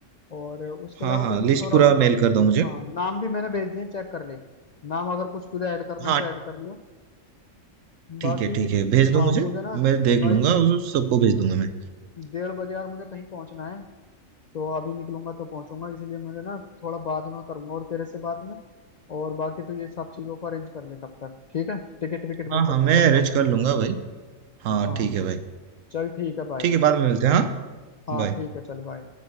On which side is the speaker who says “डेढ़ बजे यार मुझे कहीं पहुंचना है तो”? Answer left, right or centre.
Left